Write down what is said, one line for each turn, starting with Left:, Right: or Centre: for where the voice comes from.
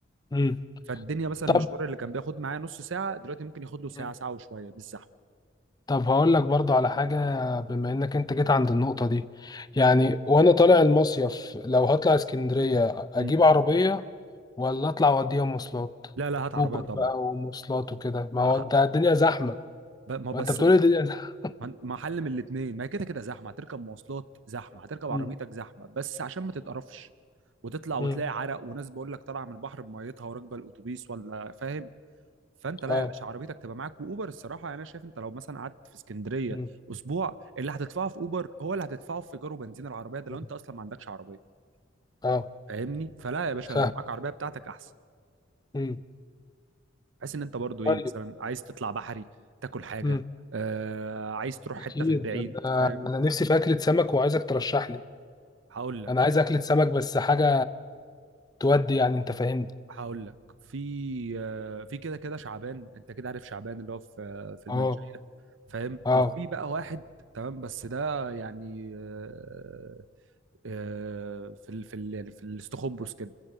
Left: مم.
Right: فالدنيا مثلا
Left: طب
Right: المشوار اللي كان بياخد معايا نص ساعه دلوقتي ممكن ياخد له ساعه
Left: مم.
Right: ساعه وشويه بالزحمه
Left: طب هقول لك برضو على حاجة بما انك انت جيت عند النقطة دي يعني وانا طالع المصيف لو هطلع اسكندرية اجيب
Right: مم.
Left: عربية ولا اطلع واوديها مواصلات
Right: لا لا هات عربيه
Left: اوبر
Right: طبعا
Left: بقى ومواصلات وكده ما
Right: أه،
Left: هو انت الدنيا زحمه
Right: ب- ما بس
Left: ما انت بتقولي الدنيا زحمه
Right: ما ما حل من الاثنين ما هي كده كده زحمه هتركب مواصلات زحمه هتركب عربيتك
Left: مم.
Right: زحمه بس عشان ما تتقرفش وتطلع وتلاقي
Left: مم.
Right: عرق وناس بقول لك طالعه من البحر بميتها وراكبه الاتوبيس ولا فاهم فانت لا
Left: اه
Right: يا باشا عربيتك تبقى معاك واوبر الصراحه يعني انا شايف انت لو مثلا قعدت في اسكندريه
Left: مم.
Right: اسبوع اللي هتدفعه في اوبر هو اللي هتدفعه في ايجار وبنزين العربيه ده
Left: مم.
Right: لو انت اصلا ما عندكش عربيه
Left: اه
Right: فاهمني فلا يا باشا
Left: فاهم
Right: لو معاك عربيه بتاعتك احسن
Left: مم.
Right: بحيث ان انت برضو
Left: طيب
Right: ايه مثلا عايز تطلع بحري تاكل حاجه
Left: مم.
Right: آه عايز تروح
Left: اكيد
Right: حته في البعيد
Left: انا
Right: فاهم
Left: انا نفسي في اكله سمك وعايزك ترشح لي
Right: هقول لك
Left: انا عايز اكله سمك بس حاجه تودي يعني انت فاهمني
Right: هقول لك في آه، في كده كده شعبان انت كده عارف شعبان اللي هو في آه، في المنشية
Left: اه
Right: فاهم
Left: اه
Right: وفي بقى واحد تمام بس ده يعني آه، آه، في ال في ال يعني في الاستخبص كده